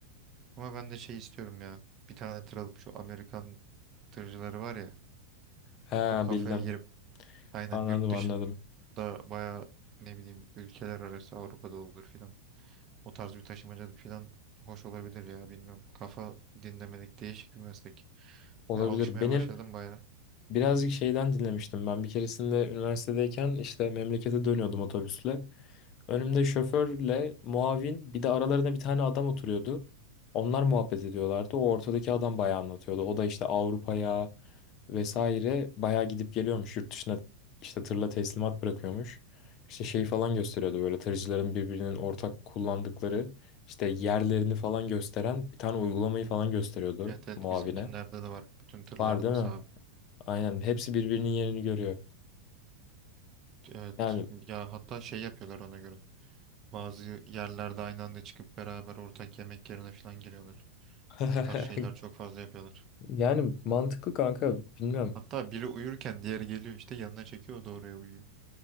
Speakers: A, on the right (about 30°); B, on the left (about 35°).
A: Ama ben de şey istiyorum ya. Bir tane tır alıp şu Amerikan tırcıları var ya.
B: Ha
A: O kafaya
B: bildim.
A: girip aynen
B: Anladım
A: yurt dışında
B: anladım.
A: baya ne bileyim ülkeler arası Avrupa'da olur filan. O tarz bir taşımacılık filan hoş olabilir ya bilmiyorum. Kafa dinlemedik değişik bir meslek.
B: Olabilir.
A: Ve alışmaya
B: Benim
A: başladım baya.
B: Birazcık şeyden dinlemiştim ben. Bir keresinde üniversitedeyken işte memlekete dönüyordum otobüsle. Önümde şoförle muavin bir de aralarında bir tane adam oturuyordu. Onlar muhabbet ediyorlardı. O ortadaki adam bayağı anlatıyordu. O da işte Avrupa'ya vesaire bayağı gidip geliyormuş. Yurt dışına işte tırla teslimat bırakıyormuş. İşte şey falan gösteriyordu böyle tırcıların birbirinin ortak kullandıkları işte yerlerini falan gösteren bir tane uygulamayı falan gösteriyordu
A: Evet evet
B: muavine.
A: bizimkinlerde de var. Bütün tırlarda
B: Var değil mi?
A: sağ.
B: Aynen
A: Evet.
B: hepsi birbirinin yerini görüyor.
A: Evet.
B: Yani
A: Ya hatta şey yapıyorlar ona göre. Bazı yerlerde aynı anda çıkıp beraber ortak yemek yerine filan giriyorlar.
B: <laughs>
A: O tarz şeyler çok fazla yapıyorlar.
B: yani mantıklı kanka bilmiyorum.
A: Hatta biri uyurken diğeri geliyor işte yanına çekiyor o da oraya uyuyor.